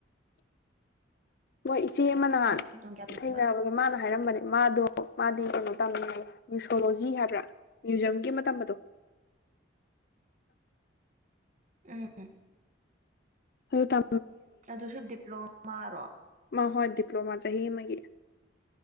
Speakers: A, on the left; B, on the right.
A: ꯃꯣꯏ ꯏꯆꯦ
B: ꯍ꯭ꯌꯨꯃꯦꯟ
A: ꯑꯃ ꯅꯍꯥꯟ
B: ꯔꯥꯏꯠꯀꯤ ꯇꯣꯟ ꯀꯌꯥ ꯄꯤꯕ
A: ꯊꯦꯡꯅꯕꯒ ꯃꯥꯅ ꯍꯥꯏꯔꯝꯕꯅꯦ ꯃꯥꯗꯣ ꯃꯥꯗꯤ ꯀꯩꯅꯣ ꯇꯥꯃꯤꯉꯥꯏ ꯅ꯭ꯌꯨꯁꯣꯂꯣꯖꯤ ꯍꯥꯏꯕ꯭ꯔꯥ ꯃ꯭ꯌꯨꯖꯌꯝꯒꯤ ꯃꯇꯝ ꯑꯗꯣ
B: ꯎꯝ
A: ꯍꯜꯣ ꯇ
B: ꯑꯗꯣꯁꯨ ꯗꯤꯄ꯭ꯂꯣꯃꯥꯔꯣ
A: ꯃꯥ ꯍꯣꯏ ꯗꯤꯄ꯭ꯂꯣꯃꯥ ꯆ ꯆꯍꯤ ꯃꯒꯤ